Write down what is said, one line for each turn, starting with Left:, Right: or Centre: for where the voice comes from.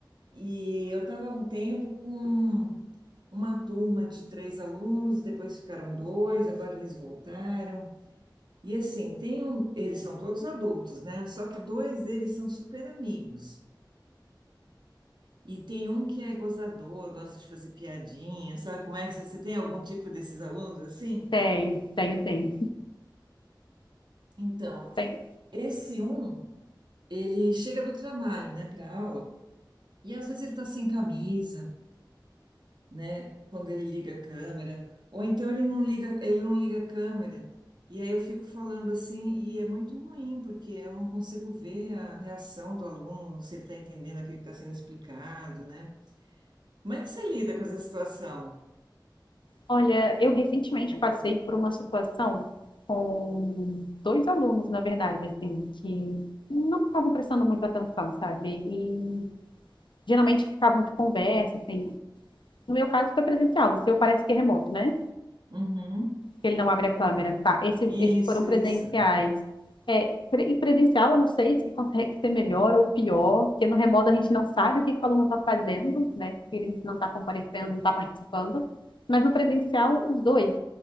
Right: e eu estava um tempo com uma turma de três alunos, depois ficaram dois, agora eles voltaram. E assim, tem um, eles são todos adultos, né? Só que dois deles são super amigos. E tem um que é gozador, gosta de fazer piadinha, sabe como é que você você tem algum tipo desses alunos assim?
Left: Tenho, tenho, tenho.
Right: Então,
Left: tenho.
Right: esse um, ele chega do trabalho, né, para aula, e às vezes ele tá sem camisa, né, quando ele liga a câmera, ou então ele não liga, ele não liga a câmera. E aí eu fico falando assim, e é muito ruim, porque eu não consigo ver a reação do aluno, se ele está entendendo aquilo que está sendo explicado, né? Como é que você lida com essa situação?
Left: Olha, eu recentemente passei por uma situação com dois alunos, na verdade, assim, que não estavam prestando muito atenção, sabe? E geralmente ficavam de conversa, assim. No meu caso foi presencial, o seu parece que é remoto, né?
Right: Uhum.
Left: que ele não abre a câmera, tá? Esse-
Right: Isso,
Left: esses foram presenciais.
Right: isso.
Left: É, pre- e presencial, eu não sei se consegue ser melhor ou pior, porque no remoto a gente não sabe o que, que o aluno está fazendo, né? Se ele não está comparecendo, não está participando. Mas no presencial, os dois,